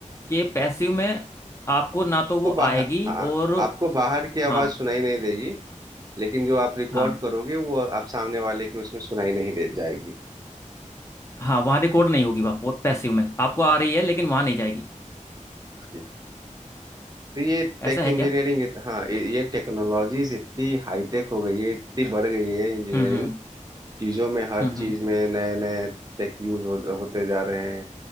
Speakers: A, on the left (about 20°); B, on the right (about 30°).
A: कि पैसिव में आपको ना तो वो
B: तो बाहर
A: आएगी
B: आ,
A: और
B: आपको बाहर की आवाज
A: हाँ
B: सुनाई नहीं देगी लेकिन जो आप रिकॉर्ड
A: हाँ
B: करोगे वो आप सामने वाले की उसमें सुनाई नहीं दे जाएगी
A: हाँ वहाँ रिकॉर्ड नहीं होगी वो पैसिव में आपको आ रही है लेकिन वहाँ नहीं जाएगी
B: जी तो ये
A: ऐसा
B: टेक
A: है
B: इंजीनियरिंग
A: क्या
B: हाँ ये टेक्नोलॉजीज इतनी हाईटेक हो गई है इतनी बढ़ गई है इंजीनियरिंग
A: हम्म हम्म
B: चीज़ों में हर
A: हम्म
B: चीज़
A: हम्म
B: में नए नए टेक यूज हो, होते जा रहे हैं